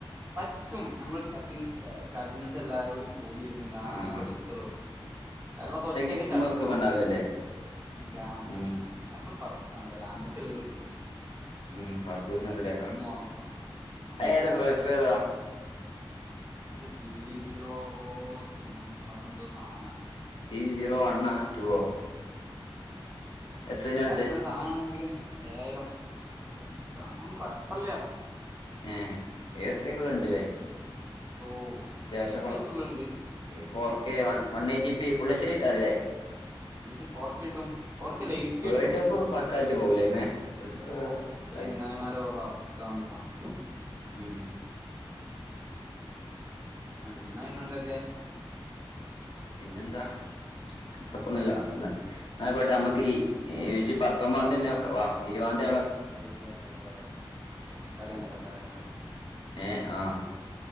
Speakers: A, on the right; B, on the left.
A: പറ്റും നമ്മൾ കസിൻകേ കസിൻസെല്ലാരൂടി കൂടിരുന്ന് ഗാണണം
B: ആഹ്
A: പ്രൊജക്ടർ പറ്റും അല്ലാ ഇപ്പം ഒറ്റക്ക്
B: ഇരിക്കുമ്പോ
A: ചടപ്പടോ
B: സുഖം ഉണ്ടാവില്ലല്ലേ
A: ഗാണാൻ സുഖല്ലാ
B: ഉം
A: <unintelligible> <unintelligible> അങ്ങട്ട് വരുവല്ലോ
B: ഉം പർപ്പൂന്ന് റെഡിയ ആക്കാ
A: നോക്കാം അന്ന്
B: അയ്ഏതാ
A: നോക്കാം
B: പ്രൊജക്ടർ ഏതാ
A: അത് പി വി സീറോ തുടങ്ങന്തോ സാധനമാണ്
B: പി സീറോ വൻണ്ണാ ടുവോ എത്രേനാ
A: അയ്യായിരംറുപ്പിന്റെ
B: എടുത്തെ
A: സാധനമാണെങ്കിലും ഏഴായിരം സാദനം കൊഴപ്പില്ല
B: ഏ ഏയ് റുപ്പികൾഉണ്ടല്ലേ
A: ഓ
B: അത്യാവശ്യം
A: അയ്യായിരം റുപ്യക്കുള്ളണ്ട്
B: ഫോർ
A: ഉം
B: കെ
A: പക്ഷെ
B: one one eighty full H D ഇട്ടാ മതില്ലേ
A: വിളിച്ചു ഫേർ ട്ടും റക്കല്ല
B: ഉം
A: ഇരിക്കട്ടും
B: വേൾഡ് കപ്പ് പക്കായിട്ട്
A: ഇരിക്കട്ടും
B: പോകൂലേമേ വേൾഡ് കപ്പ്
A: ഓ
B: സുഖായിട്ട്
A: ഇപ്പൊ ചെങ്ങായിമാര വക്കാണ് സാധനം
B: ഉം
A: ആ ഇന്നാ പിന്നെ എന്തൊക്കെ
B: പിന്നെന്താ കുഴപ്പൊന്നില്ല
A: ടൈം
B: എന്നയ്ക്കേട്ടെ നമ്മുക്ക്
A: ഉം
B: ഈ് ഇജ് പത്തൊൻബാന്തി തന്നെ വാ ഇരുവാന്തി
A: ആയിക്കോട്ടെ ആയിക്കോട്ടെ ആയിക്കോട്ടക്കട്ടെ തലേന്ന് വരാം തലേന്ന് വരാം
B: ഏഹ് ആഹ്